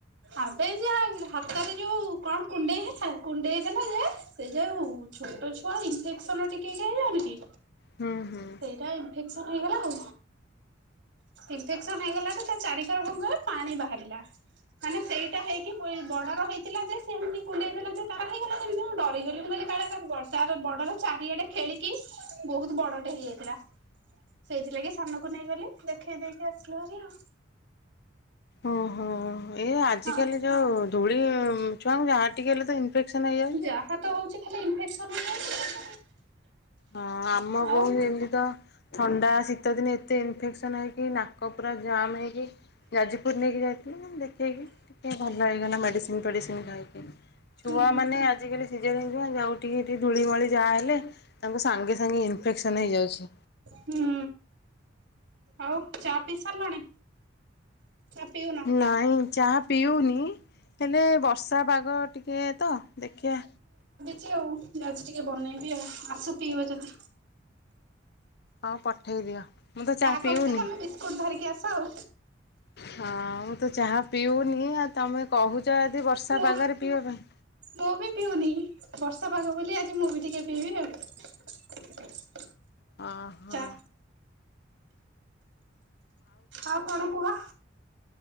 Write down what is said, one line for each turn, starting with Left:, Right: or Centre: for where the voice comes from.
Right: ଆବେ ଯା ହାତରେ ଯୋଉ କଣ କୁଣ୍ଡେଇ ହେଲା କୁଣ୍ଡେଇଦେଲା ଯେ ସେ ଯୋଉ ଛୋଟ ଛୁଆ ଇନଫେକ୍ସନ ଟିକେ ହେଇଯାଏନି କି
Left: ହୁଁ ହୁଁ।
Right: ସେଇଟା ଇନଫେକ୍ସ୍ ହେଇଗଲା ଆଉ। ଇନଫେକ୍ସନ ହେଇଗଲା ତ ତା ଚାରିିକର କଣ କହ ପାଣି ବାହାରିଲା। ମାନେ ସେଇଟା ହେଇକି ପୁଣି ବଡର ହେଇଥିଲା ଯେ ସେ ଏମତି କୁଣ୍ଡେଇ ଦେଲା ଯେ ତାର ହେଇଗଲା ଯେମିତି ମୁଁ ଡରିଗଲି ମୁଁ କହିଲି କା ହେଲା ତାର ବର୍ଷ ତାର ବଡର ଚାରିଆଡେ ଖେଳିକି ବହୁତ ବଡଟେ ହେଇଯାଇଥିଲା। ସେଇଥିଲାଗି ସାନକୁ ନେଇଗଲି ଦେଖେଇ ଦେଇକି ଆସିଲୁ ଭାରି ଆଉ।
Left: ଓହୋ। ଏଇ ଆଜିକାଲି
Right: ହଁ।
Left: ଯୋଉ ଧୂଳି ଛୁଆଙ୍କୁ ଯାହା ଟିକେ ହେଲେ ତ ଇନଫେକ୍ସନ ହେଇଯାଉଛି।
Right: ଯାହା ତ ହଉଛି ଖାଲି ଇନଫେକ୍ସନ ହେଇଯାଉଛି।
Left: ହଁ ଆମ
Right: ଆଉ
Left: ବୋଉ ଏମତି ତ ଥଣ୍ଡା ଶୀତ ଦିନେ ଏତେ ଇନଫେକ୍ସନ ହେଇକି ନା କ ପୁରା ଜାମ୍ ହେଇକି ଯାଜପୁର ନେଇକି ଯାଇଥିଲୁ, ଦେଖେଇକି ଟିକେ ଭଲ ହେଇଗଲା ମେଡ଼ିସିନ ମେଡ଼ିସିନ୍ ଖାଇକି। ଛୁଆମାନେ
Right: ହୁଁ ହୁଁ।
Left: ଆଜିକାଲି ସିଜିନ ହେଇଚି ଯେଉଁଠିକି ଠି ଧୂଳି ମଳି ଯାହା ହେଲେ ତାଙ୍କୁ ସାଙ୍ଗେ ସାଙ୍ଗେ ଇନଫେକ୍ସନ ହେଇଯାଉଛି।
Right: ହୁଁ। ଆଉ ଚା ପିଇ ସାରିଲଣି? ପିଉନ?
Left: ନାଇଁ ଚାହା ପିଉନି ହେଲେ ବର୍ଷା ପାଗ ଟିକେ ତ ଦେଖିଆ।
Right: ଚି ଆଉ ଯାଉଚି ଟିକେ ବନେଇବି ଆଉ ଆସ ପିଇବ ଯଦି।
Left: ହଁ ପଠେଇ ଦିଅ ମୁଁ ତ ଚା ପିଉନି।
Right: କରୁଛି ତମେ ବିସ୍କୁଟ ଧରିକି ଆସ ଆଉ
Left: ହଁ ମୁଁ ତ ଚାହା ପିଉନି ଆଉ ତମେ କହୁ ଚ ଯଦି ବର୍ଷା
Right: ମୁଁ
Left: ପାଗରେ ପିଇବା ପାଇଁ
Right: ମୁଁ ବି ପିଉନି, ବର୍ଷା ପାଗ ବୋଲି ଆଜି ମୁଁ ବି ଟିକେ ପିଇବି ଆଉ।
Left: ଅଁ ହଁ।
Right: ଚା ଆଉ କଣ କୁହ?